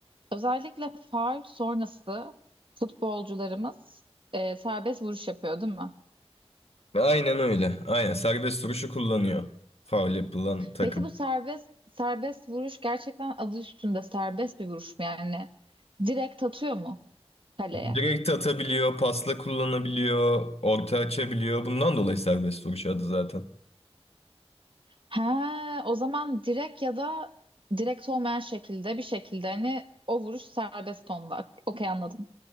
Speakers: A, on the right (about 55°); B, on the left (about 70°).
A: özellikle faul sonrası futbolcularımız e, serbest vuruş yapıyor değil mi?
B: Aynen öyle. Aynen serbest vuruşu kullanıyor. Faul yapılan takım.
A: Peki bu serbest serbest vuruş gerçekten adı üstünde serbest bir vuruş mu yani? Direkt atıyor mu kaleye?
B: Direkt atabiliyor, pasla kullanabiliyor, orta açabiliyor. Bundan dolayı serbest vuruş adı zaten.
A: Ha, o zaman direkt ya da direkt olmayan şekilde bir şekilde hani o vuruş serbest onda. Okey anladım.